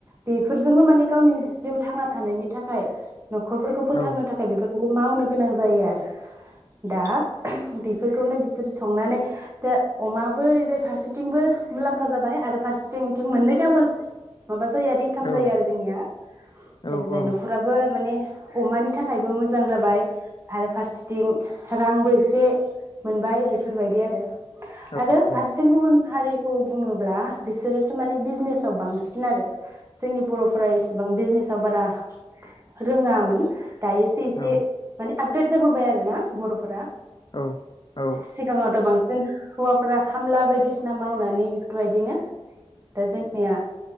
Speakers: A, on the right; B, on the left.
A: बेफोरजोंबो माने गावनि जिउ थांना थानायनि थाखाय न'खरफोरखौ फोथांनो
B: औ
A: थाखाय बेफोरखौबो मावनो गोनां जायो आरो दा बेफोरखौनो बिसोर संनानै दा अमाबो ओरैजाय फारसेथिंबो मुलाम्फा जाबाय आरो फारसेथिं बिथिं मोननै दाबल माबा जायो आरो इनकाम
B: औ
A: जायो आरो जोंनिया ओरैजाय
B: औ
A: न'खराबो माने अमानि थाखायबो मोजां जाबाय आरो फारसेथिं रांबो एसे मोनबाय बेफोरबायदि आरो आरो
B: औ
A: फारसेथिं गुबुन हारिखौ बुङोब्ला बिसोरोथ' माने बिजनेसाव बांसिन आरो जोंनि बर'फोरा इसेबां बिजनेसाव बारा रोङामोन दायो से
B: औ
A: इसे
B: औ
A: माने आपदेत जाबोबाय आरोना बर'फोरा
B: औ औ
A: सिगाङाव बांसिन हौवाफोरा खामला बायदिसिना मावनानै बेफोरबायदिनो दा जोंनिया